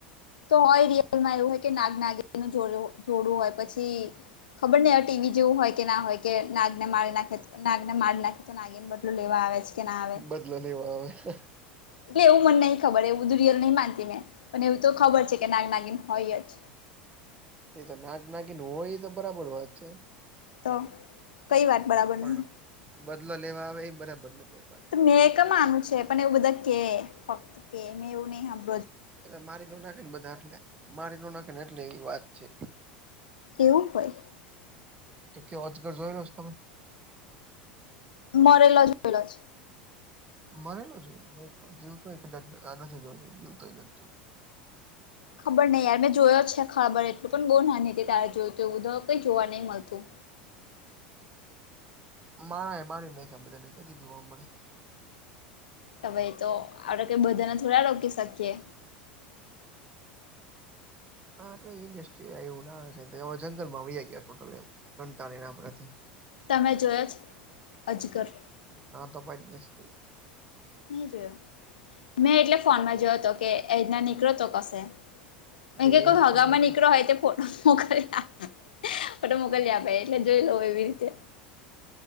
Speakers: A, on the left; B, on the right.
A: તો હોય રિયલમાં એવું હોય કે નાગ નાગિનનું જોડુ-જોડું હોય પછી. ખબર નહી હવે ટીવી જેવું હોય કે ના હોય કે નાગને મારી નાખે નાગને મારી નાખે તો નાગિન બદલું લેવા આવે છે. કે ના આવે
B: બદલો લેવા આવે છે.
A: એટલે એવું મને નહી ખબર એવું રીયલ નહી માનતી મેં પણ એવું તો ખબર છે કે નાગ નાગિન હોય જ.
B: તે તો નાગ નાગિન હોય એ તો બરાબર વાત છે.
A: તો કઈ વાત બરાબર
B: પણ
A: નહી.
B: બદલો લેવા આવે એ બરાબર નથી.
A: તો મેં ક માનું છે પણ એવું બધા કે ફક્ત કે મેં એવું નહી સાં
B: એટલે મારી ન નાખી ને બધા એટલે મારી ન નાખીને એટલે એવી વાત છે.
A: એવું હોય.
B: તો કે અજગર જોઈ લો છે તમે
A: મરેલો જોઈલો છે.
B: મરેલો જોઈ તો જીવતો જીવતો ય કદાચ નથી જોય જીવ તો નથી જો
A: ખબર નહીં યાર મેં જોયો જ છે ખબર એટલું પણ બહુ નાની હતી તારે જોયું તું એ બધ કઈ જોવા નહીં મલતું
B: મા એ મારી નાખા બધાને કેથી જોવા મળે.
A: તમે તો આપડે તે બધાને થોડા રોકી શકીએ.
B: હા એટલે ઇન્ડસ્ટ્રી આયવું ના જંગલમાં વયા ગયા ટોટલ એમ કંતાળીને આપણાથી
A: તમે જોયો છે અજગર.
B: ના તો પાડી નથજોયો.
A: નહી જોયો મેં એટલે ફોનમાં જોયો તો કે એતના નીકળ્યો હતો કશે.
B: તો
A: એ કે કોઈ
B: એમ તો
A: હગામાં
B: જો
A: નીકળ્યો હોય તે પોલ. <unintelligible> મોકલી આપે એટલે જોઈ લવ એવી રીતે.